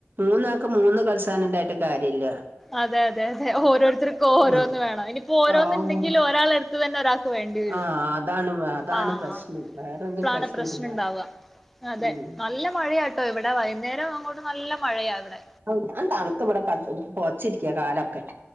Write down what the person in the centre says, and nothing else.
അതെ അതെ അതെ ഓരോര്ത്തര്ക്ക് ഓരോന്ന്
വേണം ഇനിപ്പോ ഓരോന്ന്
ഇണ്ടെങ്കിലും ഒരാളെ ഇത് തന്നെ ഒരാക്ക് വേണ്ടി വെരും
ആഹ്
ഇപ്ലാണ്
പ്രശ്നം ഇണ്ടാവ. അതെ
നല്ല മഴയാട്ടോ ഇവ്ടെ വൈന്നേരം അങ്ങോട്ട് നല്ല മഴയാ വ്ടെ